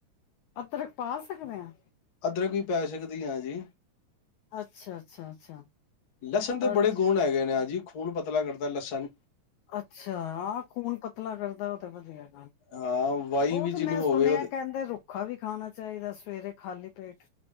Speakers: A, on the left; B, on the left.
A: ਅਦਰਕ ਪਾ ਸਕਦੇ ਆ
B: ਅਦਰਕ ਵੀ ਪੈ ਸਕਦੀ ਹੈ ਜੀ,
A: ਅੱਛਾ-ਅੱਛਾ-ਅੱਛਾ
B: ਲਸਣ ਦੇ
A: ਅੱਛ
B: ਬੜੇ ਗੁਣ ਹੈਗੇ ਨੇ ਆ ਜੀ। ਖੂਨ ਪਤਲਾ ਕਰਦਾ ਲਸਨ,
A: ਅੱਛਾ ਆਹ ਖੂਨ ਪਤਲਾ ਕਰਦਾ ਉਹ ਤਾਂ ਵਧੀਆ,
B: ਹਾਂ ਵਾਈ
A: ਉਹ
B: ਵੀ
A: ਤੇ
B: ਜਿਹਨੂੰ
A: ਮੈਂ ਸੁਣਿਆ
B: ਹੋਵੇ ਉਹਦੇ
A: ਕਹਿੰਦੇ ਰੁਕ ਭੁੱਖਾ ਵੀ ਖਾਣਾ ਚਾਹੀਦਾ ਸਵੇਰੇ ਖਾਲੀ। ਪੇਟ